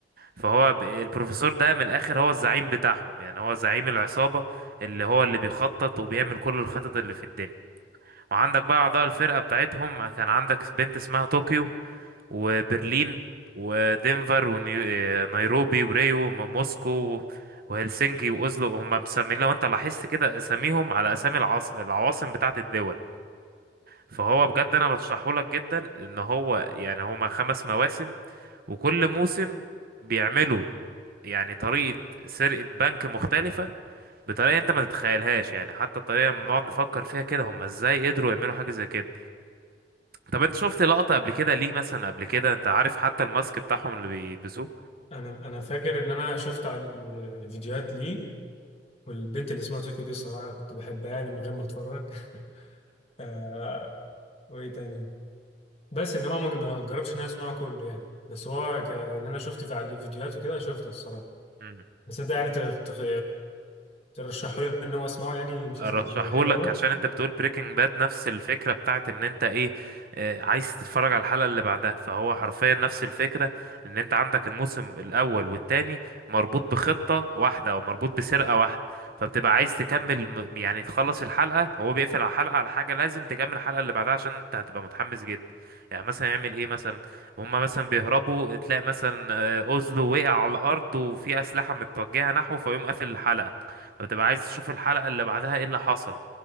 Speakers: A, on the right; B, on the left.
A: فهو ب- البروفيسور ده من الاخر هو الزعيم بتاعهم يعني هو زعيم العصابة اللي هو اللي بيخطط وبيعمل كل الخطط اللي في الدنيا وعندك بقى اعضاء الفرقة بتاعتهم كان عندك بنت اسمها طوكيو وبرلين ودنفر ونيروبي وريو وموسكو وهلسنكي واوزلو هم مسمين لو انت لاحظت كده اساميهم على اسامي العاص... العواصم بتاعت الدول فهو بجد انا برشحهولك جدا ان هو يعني هما خمس مواسم وكل موسم بيعملوا يعني طريقة سرقة بنك مختلفة بطريقة انت ما تتخيلهاش يعني حتى الطريقة لما بنقعد نفكر فيها كده هم ازاي قدروا يعملوا حاجة زي كده طب انت شفت لقطة قبل كده ليه مثلا قبل كده انت عارف حتى الماسك بتاعهم اللي بيلبسوه
B: انا انا فاكر ان انا شفت على الفيديوهات ليه والبنت اللي اسمها طوكيو دي الصراحه كنت بحبها يعني من غير ما اتفرج <laughs> آه وايه تاني بس انما ما ما جربتش ان انا اسمعه كله يعني بس هو ك- ان انا شفت في على الفيديوهات وكده شفته الصراحه
A: مم.
B: بس انت يعني تخ... تخ... ترشحوا لي ان هو اسمعه يعني مسلسل
A: ارشحهولك
B: ج- حلو قوي
A: عشان انت بتقول بريكنج باد نفس الفكره بتاعت ان انت ايه آه، عايز تتفرج على الحلقه اللي بعدها فهو حرفيا نفس الفكره ان انت عندك الموسم الاول والتاني مربوط بخطه واحده او مربوط بسرقه واحده فبتبقى عايز تكمل م- يعني تخلص الحلقه هو بيقفل على حلقه على حاجه لازم تكمل الحلقه اللي بعدها عشان انت هتبقى متحمس جدا يعني مثلا يعمل ايه مثلا هما مثلا بيهربوا تلاقي مثلا آه، اوزلو وقع على الارض وفي اسلحه متوجهه نحوه فيقوم قافل الحلقه فبتبقى عايز تشوف الحلقة اللي بعدها ايه اللي حصل